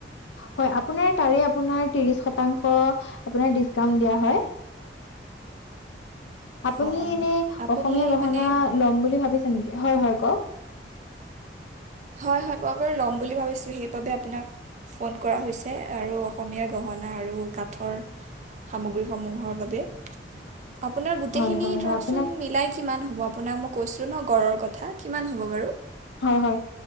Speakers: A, on the left (about 85°); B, on the right (about 40°).
A: হয় আপোনাৰ তাৰে আপোনাৰ ত্ৰিশ শতাংশ আপোনাৰ দিছকাউন্ট দিয়া হয়। <inaudible> আপুনি
B: অঁ অঁ
A: এনেই
B: আপুনি
A: অসমীয়া গহনা
B: মানে
A: লম বুলি ভাবিছে নেকি? হয়, হয় কওক।
B: হয়, হয় মই বাৰু ল'ম বুলি ভাবিছো। সেই বাবে আপোনাক ফোন কৰা হৈছে আৰু অসমীয়া গহনা আৰু কাঠৰ সামগ্ৰীসমূহৰ বাবে। আপোনাৰ গোটেইখিনি
A: হয় হয় হয়
B: ধৰকচোন
A: আপোনাক
B: মিলাই কিমান হ'ব আপোনাক মই কৈছো এইটো ন গড়ৰ কথা কিমান হ'ব বাৰু?
A: হয় হয়